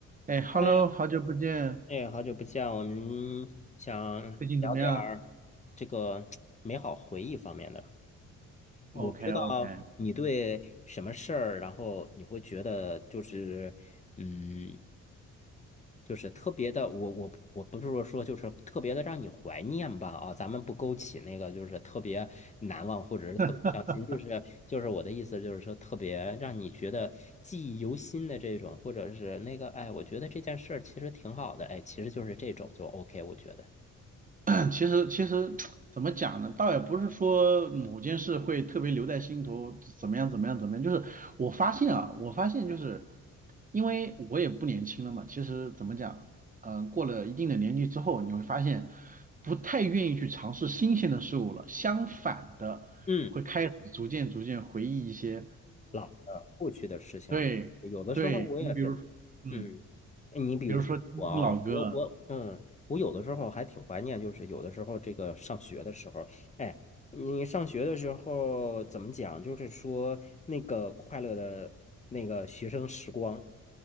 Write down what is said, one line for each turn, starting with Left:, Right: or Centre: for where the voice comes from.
Right: 哎，Hello，
Left: 哎呀，
Right: 好久不见，
Left: 哎，好久不见，我们想聊点儿这个美好回忆方面的。
Right: 最近怎么样
Left: 我不知道你对什么事儿，
Right: ？OK，OK
Left: 然后你会觉得就是，嗯，就是特别的，我我我不是说说就是特别的让你怀念吧啊，咱们不勾起那个就是特别难忘或者是特别伤心，
Right: <coughs>。
Left: 就是就是我的意思就是说特别让你觉得记忆犹新的这种，或者是那个哎，我觉得这件事儿其实挺好的，哎，其实就是这种就 OK，我觉得，
Right: <clears throat> 其实其实怎么讲呢？倒也不是说某件事会特别留在心头，怎么样怎么样怎么样。就是我发现啊，我发现就是因为我也不年轻了嘛，其实怎么讲，嗯，过了一定的年纪之后，你会发现不太愿意去尝试新鲜的事物了，相反的会开始逐渐逐渐回忆一些，
Left: 嗯，老的过去的事情，
Right: 对对，
Left: 有的时候我也是。
Right: 你比如说，嗯，
Left: 嗯，你比如说我啊，
Right: 比如说听老歌。
Left: 我我嗯，我有的时候还挺怀念，就是有的时候这个上学的时候，哎，你上学的时候怎么讲？就是说那个快乐的那个学生时光。